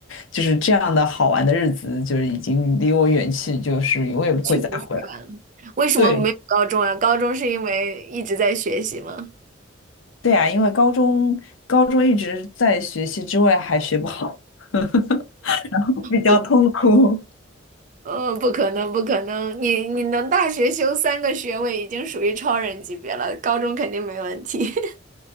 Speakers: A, on the left (about 85°); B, on the right (about 40°).
A: 就是这样的好玩的日子就是已经离我远去，就是永远不会再回来。
B: 一去不复返了为什么没有高中啊？
A: 对，
B: 高中是因为一直在学习吗？
A: 对啊，因为高中高中一直在学习之外还学不好，<laughs> 然后比较痛苦。
B: 不，呃，不可能，不可能，你你能大学修三个学位已经属于超人级别了，高中肯定没问题。<laughs>